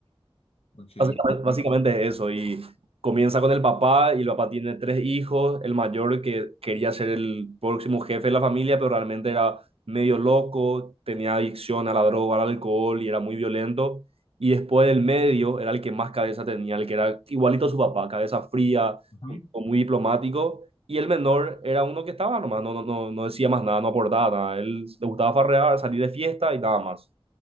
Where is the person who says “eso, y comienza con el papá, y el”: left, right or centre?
Right